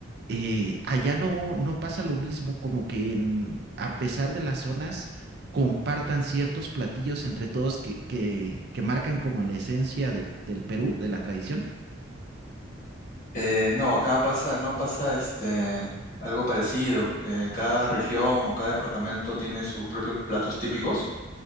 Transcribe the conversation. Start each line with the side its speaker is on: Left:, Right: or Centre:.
Right: Eh, allá no, no pasa lo mismo, como que en- a pesar de las zonas, compartan ciertos platillos entre todos que, que, que marcan como la esencia del, del Perú, de la tradición.
Left: Eh, no, acá pasa, no pasa este algo parecido. Eh, cada región o cada departamento tiene sus propios platos típicos